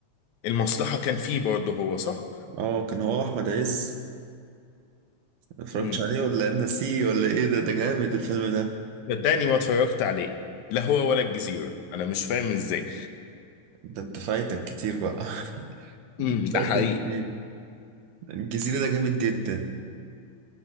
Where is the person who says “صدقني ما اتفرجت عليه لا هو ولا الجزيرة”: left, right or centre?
Left